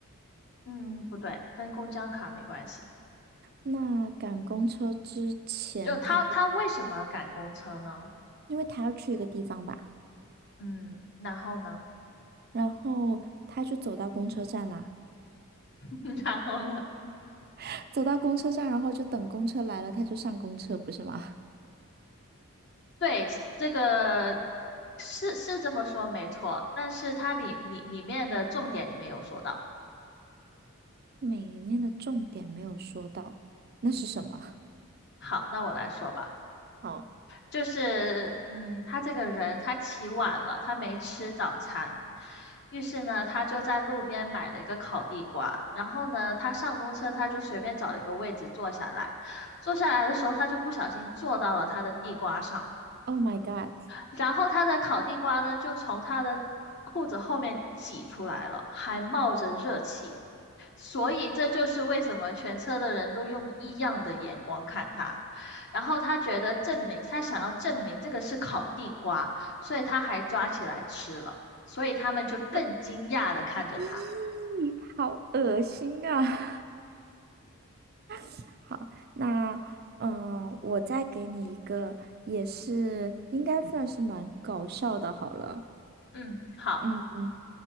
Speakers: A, on the left; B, on the right.
A: 嗯，不对，跟公交卡没关系。
B: 那赶公车之前，
A: 就他他为什么赶公车呢？
B: 他会，因为他要去一个地方吧，
A: 嗯，然后呢？
B: 然后他就走到公车站啦，
A: <laughs> 然后呢？
B: <laughs> 走到公车站，然后就等公车来了，他就上公车，不是吗？
A: 对，这个是是这么说没错，但是它里里里面的重点你没有说到。
B: 每一面的重点没有说到，那是什么？
A: 好，那我来说吧，
B: 哦
A: 就是嗯，他这个人他起晚了，他没吃早餐，于是呢，他就在路边买了一个烤地瓜，然后呢，他上公车他就随便找了一个位置坐下来，坐下来的时候他就不小心坐到了他的地瓜上。
B: ，Oh my God！
A: 然后他的烤地瓜呢，就从他的裤子后面挤出来了，还冒着热气，所以这就是为什么全车的人都用异样的眼光看他。然后他觉得证明，他想要证明这个是烤地瓜，所以他还抓起来吃了，所以他们就更惊讶的看着他。
B: 这咦，好恶心啊！<laughs> 好，那嗯、呃我再给你一个，也是应该算是蛮搞笑的，好了。
A: 嗯，好，
B: 嗯，